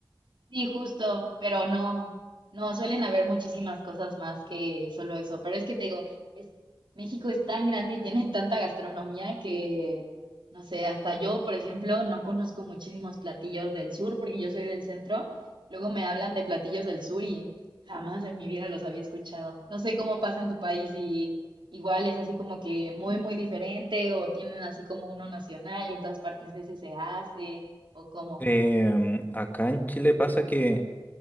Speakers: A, on the right (about 75°); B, on the left (about 20°).
A: Sí, justo, pero no, no, suelen haber muchísimas cosas más que solo eso. Pero es que te digo, es, México es tan grande y tiene tanta gastronomía que, no sé, hasta yo, por ejemplo, no conozco muchísimos platillos del sur porque yo soy del centro. Luego me hablan de platillos del sur y jamás en mi vida los había escuchado. No sé cómo pasa en tu país y igual es así como que muy, muy diferente o tienen así como uno nacional y en todas partes ese se hace o cómo.
B: Em, acá en Chile pasa que,